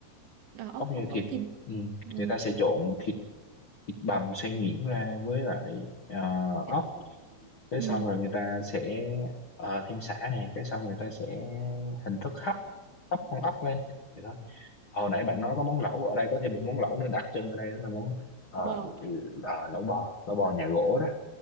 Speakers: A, on the right (about 70°); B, on the left (about 60°).
A: à, ốc
B: ốc nhồi
A: ốc
B: thịt
A: ốc thịt
B: ừ.
A: ừ,
B: người ta sẽ trộn thịt thịt bằm xay nhuyễn ra với lại à,
A: thịt
B: ốc
A: ốc,
B: cái
A: ừ,
B: xong rồi người ta sẽ ờ, thêm sả nè cái xong người ta sẽ hình thức hấp hấp con ốc lên Thì đó hồi nãy bạn nói có món lẩu ở đây có thêm một món lẩu nữa đặc trưng ở đây đó là món ờ,
A: bò
B: ờ, lẩu bò lẩu bò nhà gỗ đó